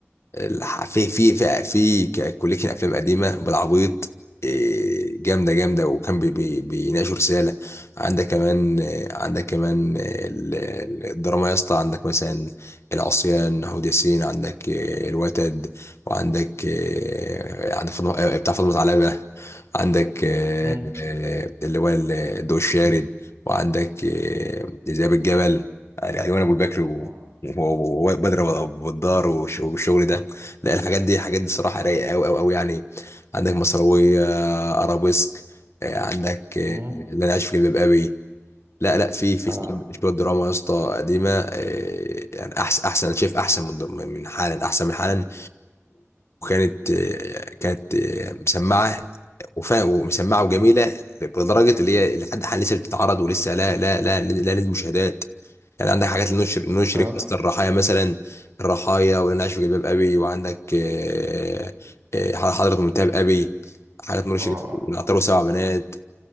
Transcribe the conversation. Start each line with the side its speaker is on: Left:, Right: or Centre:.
Left: الح- في في في في ك- كوليكشن افلام قديمه بالعبيط إيه، جامده جامده وكان بي بي بيناقشوا رساله عندك كمان آه، عندك كمان آه، ال- ال- الدراما يا اسطى عندك مثلا العصيان هود ياسين عندك آه، الوتد وعندك آه، عندك فاطمة آه، بتاع فاطمه علبه عندك آه،
Right: مم.
Left: آه، اللي هو ال- الضوء الشارد وعندك آه، ذئاب الجبل يعني علوان ابو البكر و-
Right: اه
Left: وبدر والدار والشغل ده لا الحاجات دي الحاجات دي صراحة رايقة أوي أوي أوي يعني عندك مصراوية آه، أرابيسك آه، عندك آه،
Right: مم.
Left: اللي أنا عايش في جلباب أبي لا لا في في
Right: اه
Left: شوية شوية دراما يا اسطى قديمة آه، يعني أحسن أحسن أنا شايف أحسن من من حالا أحسن من حالا وكانت آه، كانت آه، مسمعة وفا- ومسمعة وجميلة لدرجة اللي هي لحد حال لسه بتتعرض ولسه لا لا لا لا نزل مشاهدات يعني عندك حاجات لنشر نشر
Right: اه
Left: قصة الرحايا مثلا الرحايا واللي انا عايش في جلباب ابي وعندك آه، آه، حضرة منتهى ابي حاجات نور
Right: اه
Left: الشريف والعطار وسبع بنات